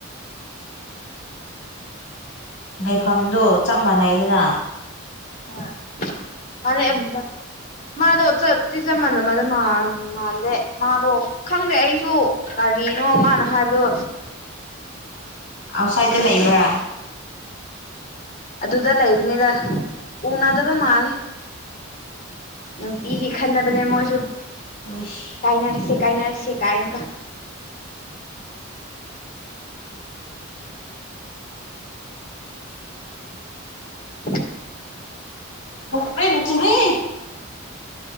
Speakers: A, on the left; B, on the left.
A: ꯂꯩꯐꯝꯗꯣ ꯆꯞ ꯃꯥꯟꯅꯩꯌꯦꯗꯅ
B: <unintelligible> ꯃꯥꯅꯦ <unintelligible> ꯃꯥꯗꯣ ꯆꯞ ꯆ ꯃꯟꯅꯕꯗꯤ <unintelligible> ꯃꯥꯟꯃꯥꯟꯗꯦ ꯃꯥꯗꯣ ꯈꯪꯗꯦ ꯑꯩꯁꯨ ꯀꯔꯤꯅꯣ ꯃꯥꯅ ꯍꯥꯏꯕꯗꯣ
A: ꯑꯥꯎꯁꯥꯏꯗꯠꯇ ꯂꯩꯕ꯭ꯔꯥ
B: ꯑꯗꯨꯗ ꯂꯩꯕꯅꯤꯗ ꯎꯅꯗꯕ ꯃꯥꯜꯂꯦ ꯅꯨꯡꯇꯤꯒꯤ ꯈꯠꯅꯕꯅꯦ ꯃꯣꯏꯁꯨ
A: ꯎꯁ
B: ꯀꯥꯏꯅꯔꯁꯦ ꯀꯥꯏꯅꯔꯁꯦ ꯀꯥꯏꯅꯀ <unintelligible>
A: ꯅꯣꯡ ꯆꯨꯔꯦ ꯅꯣꯡ ꯆꯨꯔꯦ